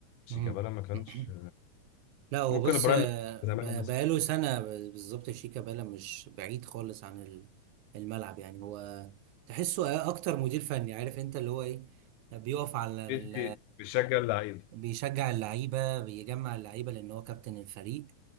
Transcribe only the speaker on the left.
شيكابالا
ما كانش
ممكن
البرايم
بتاعه زمان
مثلا
بيدي
بيشجع اللعيبه